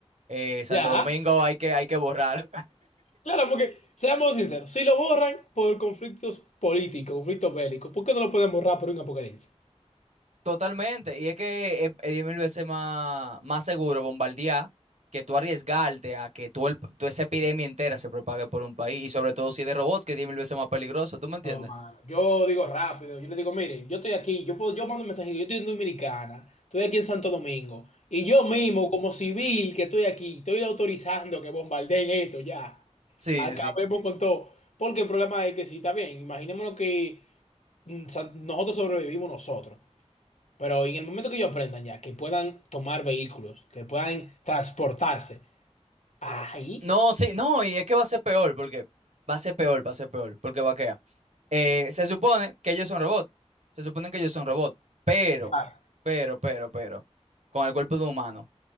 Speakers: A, on the right; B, on the left.
A: eh, Santo
B: Ya,
A: Domingo hay que, hay que borrar.
B: claro, porque seamos sinceros, si lo borran por conflictos políticos, conflictos bélicos, ¿por qué no lo pueden borrar por un apocalipsis?
A: Totalmente, y es que es, es 10.000 veces más, más seguro bombardear que tú arriesgarte a que tú el- tú esa epidemia entera se propague por un país, y sobre todo si es de robots, que es 10.000 veces más peligroso, ¿tú me entiendes?
B: No, mano. Yo digo rápido, yo le digo, mire, yo estoy aquí, yo puedo, yo mando un mensajito, yo estoy en Dominicana, estoy aquí en Santo Domingo, y yo mismo, como civil que estoy aquí, estoy autorizando que bombardeen esto ya.
A: Sí,
B: Acabemos
A: sí, sí.
B: con todo. Porque el problema es que sí, está bien, imaginémonos que mm, sa- nosotros sobrevivimos nosotros, pero en el momento que ellos aprendan ya, que puedan tomar vehículos, que puedan transportarse, ahí,
A: No, sí, no, y es que va a ser peor, porque va a ser peor, va a ser peor, porque va a quedar. Eh, se supone que ellos son robots, se supone que ellos son robots, pero,
B: claro,
A: pero, pero, pero, con el cuerpo de un humano.